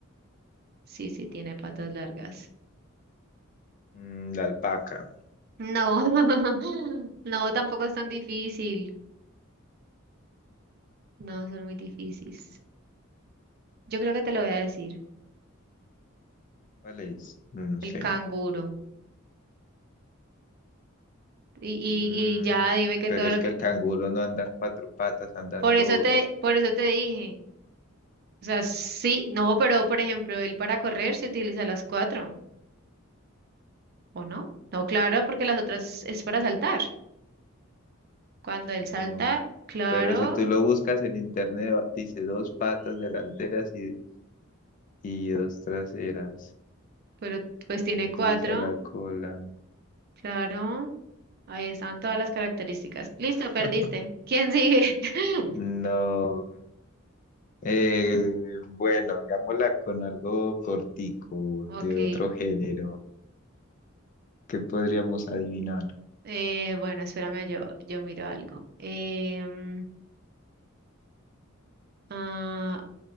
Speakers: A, on the right; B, on the left.
A: sí, sí, tiene patas largas.
B: Mm, la alpaca,
A: No, <laughs> no, tampoco es tan difícil. No, son muy difíciles. Yo creo que te lo voy a decir.
B: ¿cuál es? No, no
A: El
B: sé.
A: canguro. Y,
B: Mm,
A: y, y ya dime que
B: pero
A: todo
B: es
A: lo
B: que
A: que...
B: el canguro no andan cuatro patas, andan
A: Por
B: dos.
A: eso te, por eso te dije. O sea, sí, no, pero por ejemplo, él para correr se utiliza las cuatro, ¿o no? No, claro, porque las otras es para saltar. Cuando él
B: No,
A: salta, claro,
B: pero si tú lo buscas en internet, va- dice dos patas delanteras y, y dos traseras.
A: pero pues
B: También
A: tiene
B: utiliza
A: cuatro,
B: la cola.
A: claro. Ahí están todas las características. Listo,
B: <laughs>
A: perdiste. ¿Quién sigue? <laughs>
B: No. Eh, bueno, hagámosla con algo cortico,
A: Ok.
B: de otro género. ¿Qué podríamos adivinar?
A: eh, bueno, espérame, yo, yo miro algo. Em, ah,